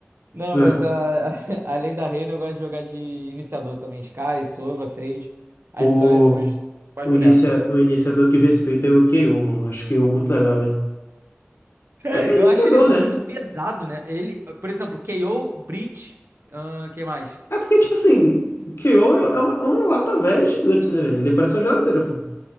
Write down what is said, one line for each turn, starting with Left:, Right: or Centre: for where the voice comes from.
Right: Não,
Left: Não,
Right: mas a, <laughs> além da reina, eu gosto de jogar de iniciador também. Sky, Sova, Fade. Aí
Left: Pô,
Right: são esses meus principais
Left: o,
Right: bonecos.
Left: inicia, o iniciador que eu respeito é o KO, mano. Acho que o muito legal, velho.
Right: Sério,
Left: É, é iniciador,
Right: eu acho ele
Left: né?
Right: muito pesado, né? Ele, por exemplo, KO, Breach, ahn, quem mais?
Left: É porque, tipo assim, o KO é é uma, é uma lata velha gigante, né, velho? Ele parece uma geladeira, pô.